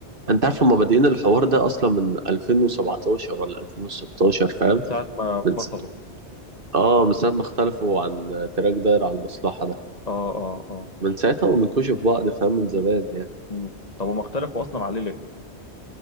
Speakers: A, on the right; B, on the left.
A: أنت عارف هما بادئين الحوار ده أصلا من 2017 ولا 2016 فاهم
B: من ساعه ما انفصلوا
A: من س... آه من ساعة ما اختلفوا عن تراك داير على المصلحة ده
B: اه اه اه
A: من ساعتها ومن في بعض فاهم من زمان يعني
B: مم. طب هم اختلفوا اصلا عليه ليه